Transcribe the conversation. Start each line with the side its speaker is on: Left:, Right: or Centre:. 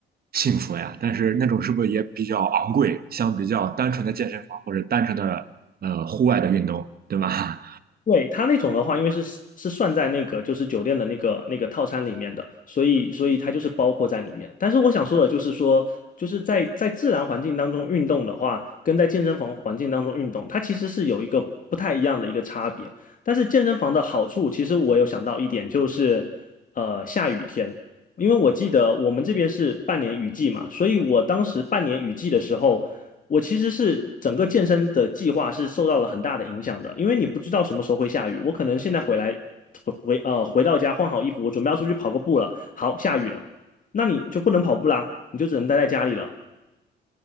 Right: 幸福呀。但是那种是不是也比较昂贵，相比较单纯的健身房或者单纯的呃户外的运动，对吧？
Left: 对，它那种的话，因为是是算在那个就是酒店的那个那个套餐里面的，所以所以它就是包括在里面。但是我想说的就是说，就是在在自然环境当中运动的话，跟在健身房环境当中运动，它其实是有一个不太一样的一个差别。但是健身房的好处，其实我有想到一点，就是呃下雨天，因为我记得我们这边是半年雨季嘛，所以我当时半年雨季的时候。我其实是整个健身的计划是受到了很大的影响的，因为你不知道什么时候会下雨。我可能现在回来回回呃回到家换好衣服，我准备要出去跑个步了，好，下雨了，那你就不能跑步啦，你就只能待在家里了。